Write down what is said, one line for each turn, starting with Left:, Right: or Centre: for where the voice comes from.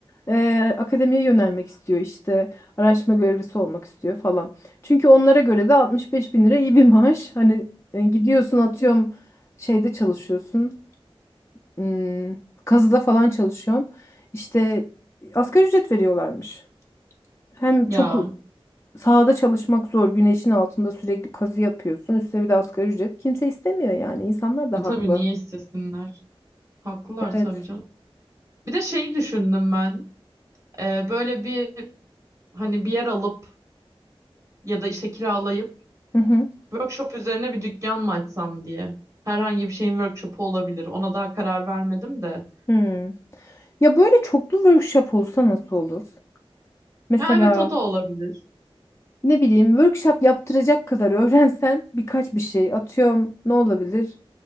Left: e, akademiye yönelmek istiyor işte araştırma görevlisi olmak istiyor falan. Çünkü onlara göre de 65 bin lira iyi bir maaş. Hani e, gidiyorsun atıyorum şeyde çalışıyorsun hmm, kazıda falan çalışıyorsun. İşte asgari ücret veriyorlarmış. Hem
Right: Ya
Left: çok sahada çalışmak zor güneşin altında sürekli kazı yapıyorsun üstüne bir de asgari ücret. Kimse istemiyor yani insanlar da
Right: e, tabii
Left: haklı.
Right: niye istesinler? Haklılar
Left: Evet.
Right: tabii canım. Bir de şey düşündüm ben. E, böyle bir hani bir yer alıp ya da işte kiralayıp
Left: Hı hı.
Right: workshop üzerine bir dükkan mı açsam diye. Herhangi bir şeyin workshopu olabilir. Ona daha karar vermedim de.
Left: Hmm. Ya böyle çoklu workshop olsa nasıl olur? Mesela
Right: Ya evet o da olabilir.
Left: ne bileyim workshop yaptıracak kadar öğrensen birkaç bir şey atıyorum ne olabilir?